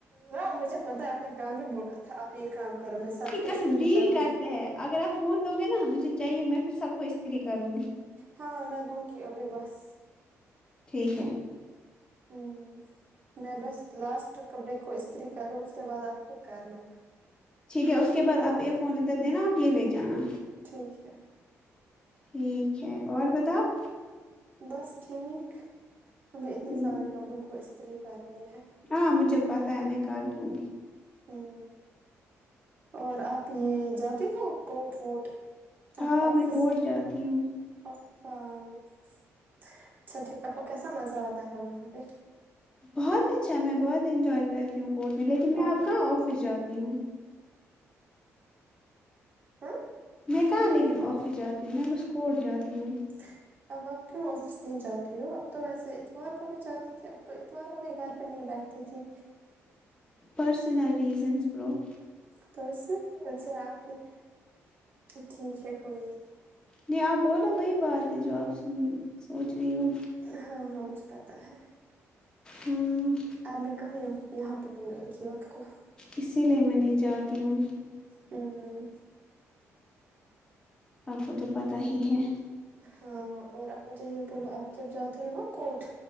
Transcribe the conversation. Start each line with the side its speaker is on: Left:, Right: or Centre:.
Right: ہاں مجھے پتہ ہے آپ نے کل بھی بولا تھا آپ یہ کام کرو میں سب کو
Left: قسم
Right: استری
Left: ڈیل
Right: کروں
Left: کرتے
Right: گی
Left: ہیں اگر آپ فون دو گے نا مجھے چاہیے میں پھر سب کو استری کروں گی
Right: ہاں میں دونگی ابھی بس
Left: ٹھیک ہے
Right: ہوں میں بس لاسٹ کپڑے کو استری کروں ہوں اس کے بعد آپ خود کرنا
Left: ٹھیک ہے اس کے بعد آپ اے فون ادھر دینا آپ یہ لے جانا
Right: ٹھیک ہے
Left: ٹھیک ہے اور بتاؤ
Right: بس ٹھیک ہمیں اتنے
Left: ہوں،
Right: سارے کپڑ وں کو استری کرنی ہے
Left: ہاں مجھے پتہ ہے میں کر لوں گی
Right: ہوں اور آپ یہ جاتے ہو کوٹ ووٹ آپ
Left: ہاں
Right: آفس
Left: میں کورٹ جاتی ہوں
Right: اچھا اچھا ٹھیک آ پکو کیسا مزہ آتا ہے وہاں پہ
Left: بہت اچھا میں بہت انجوائے کرتی ہوں کورٹ میں لیکن میں
Right: ہاں
Left: اب کہاں آفس جاتی ہوں
Right: ہاں
Left: میں کہاں لیکن آفس جاتی ہوں میں تو ا سکول جاتی ہوں
Right: <unintelligible> اب آپ کیوں آفس نہیں جاتی ہو اب تو ویسے اتوار کو بھی جاتی تھی اب تو اتوار کو بھی گھر پہ نہیں بیٹھ تی تھی
Left: پررسنل ریزنز برو
Right: پرسنل اچھا آپ نے ٹھیک ہے کوئی نہیں
Left: نہیں آپ بولو وہی بات ہے جو آپ سن سوچ رہی ہو
Right: ہاں ہاں مجھے پتا ہے
Left: ہوں
Right: آپ نےکہا یاں یہاں پہ بول رہے ہو آپ کو
Left: اسی لیے میں نہیں جاتی ہوں
Right: ہوں
Left: آپ کو تو پتہ ہی ہے
Right: ہاں اور آپ مھے یہ بولو آپ جب جاتے ہیں نا کوٹ